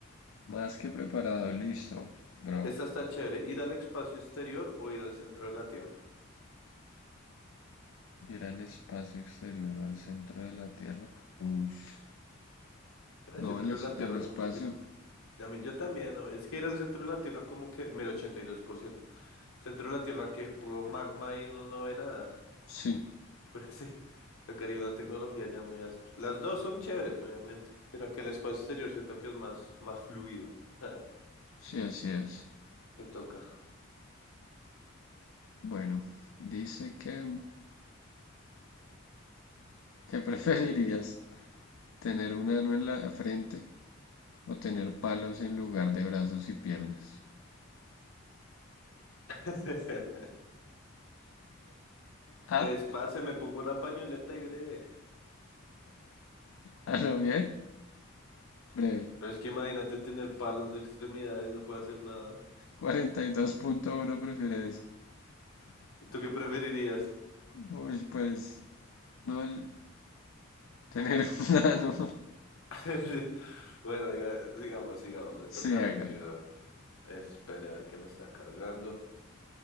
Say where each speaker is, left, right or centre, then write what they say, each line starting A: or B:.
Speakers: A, on the left; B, on the left.
A: Más que preparado, listo, bro.
B: Esta está chévere. ¿Ir al espacio exterior o ir al centro de la Tierra?
A: Ir al espacio exterior o al centro de la Tierra. Ush.
B: El
A: No,
B: centro
A: al, es-
B: de la
A: al
B: Tierra es
A: espacio.
B: un poquito... a mí- Yo también, ¿no? Es que ir al centro de la Tierra como que... Mira, 82%. Centro de la Tierra que puro magma y uno no ve nada.
A: Sí,
B: <laughs> Pero sí, tocaría una tecnología ya muy áspera. Las dos son chéveres, obviamente. Sino que el espacio exterior siento que es más, más fluido. <laughs>
A: sí, así es.
B: Te toca.
A: Bueno, dice que, que preferirías tener un ano en la frente o tener palos en lugar de brazos y piernas.
B: <laughs>
A: Ah,
B: Pues, parce, me pongo una pañoleta y breve.
A: a lo bien. Breve.
B: Pero es que imagínate tener palos de extremidades, no puedo hacer nada.
A: cuarenta y dos punto uno prefiere eso.
B: ¿Tú qué preferirías?
A: Uy, pues, no, el- tener <laughs> una. nano.
B: <laughs> Sí. Bueno, diga- sigamos, sigamos. Me
A: Sí,
B: toca a mí,
A: hágale.
B: pero esperar que me está cargando.